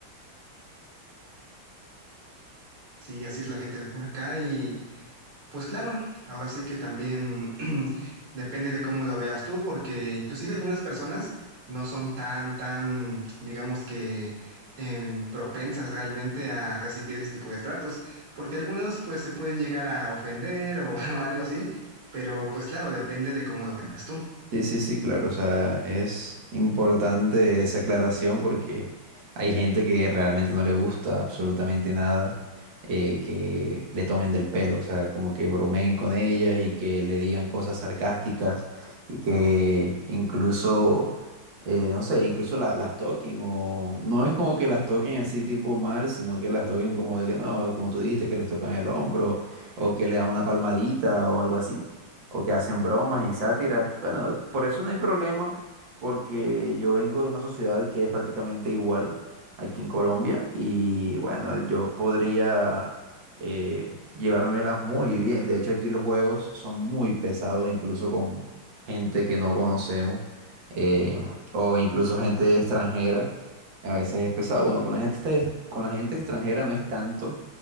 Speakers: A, on the right; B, on the right.
A: Sí, así es la gente de por acá y Pues claro, ahora sí que también <clears throat> depende de cómo lo veas tú, porque inclusive algunas personas no son tan, tan, digamos que em, propensas realmente a recibir ese tipo de tratos, porque algunos pues se pueden llegar a ofender o, <laughs> o algo así, pero pues claro, depende de cómo lo veas tú.
B: Sí, sí, sí, claro. O sea, es importante esa aclaración porque hay gente que realmente no le gusta absolutamente nada eh, que le tomen del pelo, o sea, como que bromeen con ellas y que le digan cosas sarcásticas y que incluso, eh, no sé, incluso la- las toquen o no es como que las toquen así tipo mal, sino que las toquen como de que no, como tú dijiste, que les tocan el hombro o que le dan una palmadita o algo así o que hacen bromas y sátiras. Bueno, por eso no hay problema, porque yo vengo de una sociedad que es prácticamente igual aquí en Colombia y bueno, yo podría eh, llevármelas muy bien. De hecho, aquí los juegos son muy pesados, incluso con gente que no conocemos eh, o incluso gente extranjera. A veces es pesado. Bueno, con la gente, con la gente extranjera no es tanto